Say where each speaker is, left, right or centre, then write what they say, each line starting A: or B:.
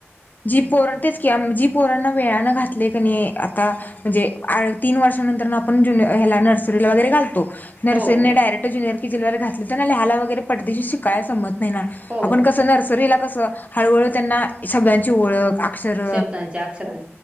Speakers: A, on the left; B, on the right.
A: जी
B: हम्म
A: पोरण तेच की उम्म जी पोराना वेळाानं घातलय नई आता म्हणजे आ तीन वर्षानंतर आपण जून हेला नर्सरीला वगैरे घालतो नर्सरीने
B: हो हो
A: नाही डायरेक्ट ज्युियर <unintelligible> घातलं त्यांना ल्याह्याला वगैरे पटदीशी शिकायं समत नाही ना
B: हो
A: आपण
B: हो
A: कस नर्सरीला कस हळूहळू त्यांना शब्दांची ओळख अक्षर
B: शब्दांच्या अक्षरां